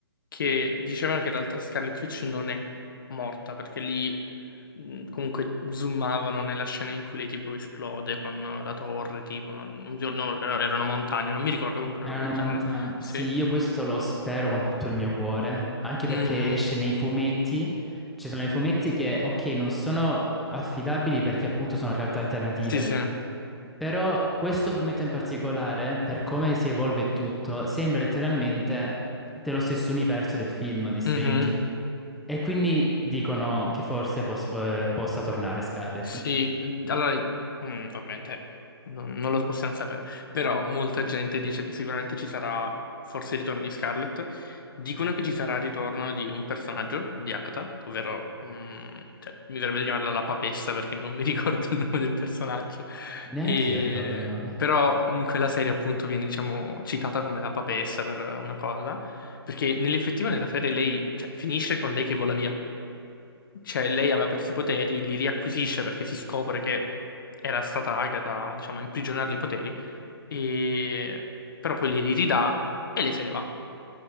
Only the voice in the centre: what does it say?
Era
una
montagna.
Sì, io questo lo spero con tutto il mio cuore, anche
perché esce nei fumetti. Ci sono i fumetti che, ok, non sono affidabili perché appunto sono realtà alternative.
Però questo fumetto in particolare, per come si evolve tutto, sembra letteralmente dello stesso universo del film di Strange.
E quindi dicono che forse pos- eh, possa tornare Scarlet.
Neanch'io
ricordo il nome.